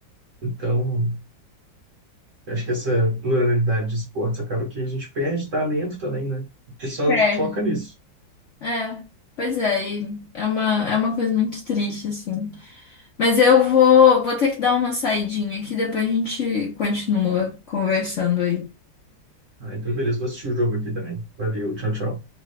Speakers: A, on the right (about 55°); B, on the left (about 55°).
A: Então, acho que essa pluralidade de esportes acaba que a gente perde talento também, né? O pessoal
B: perde.
A: foca nisso.
B: É, pois é, e é uma, é uma coisa muito triste, assim. Mas eu vou, vou ter que dar uma saidinha aqui, depois a gente continua conversando aí.
A: Ah, então, beleza, vou assistir o jogo aqui também. Valeu, tchau, tchau.